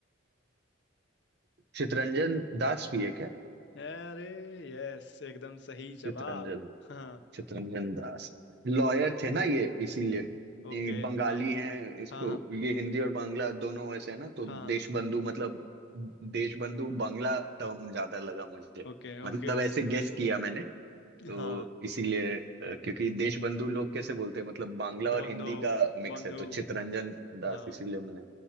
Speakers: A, on the right; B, on the left.
A: चितरंजन दास भी है क्या
B: अरे यस एकदम सही
A: चितरंजन
B: जवाब हाँ
A: चित्तरंजन दास लॉयर
B: हाँ
A: थे ना ये इसीलिए
B: ओके
A: ये बंगाली
B: हाँ
A: हैं इसको
B: हाँ हाँ
A: ये हिंदी और बांग्ला दोनों वैसे है ना तो
B: हाँ
A: देशबंधु मतलब देशबंधु बांग्ला टर्म ज्यादा लगा मुझे
B: Okay
A: मतलब
B: okay
A: ऐसे गेस किया मैंने तो
B: हाँ
A: इसीलिए अ, क्योंकि देशबंधु लोग कैसे बोलते हैं मतलब बांग्ला
B: बंधो
A: और हिंदी का मिक्स
B: बंधु
A: है तो चित्तरंजन दास
B: हाँ
A: इसीलिए मैंने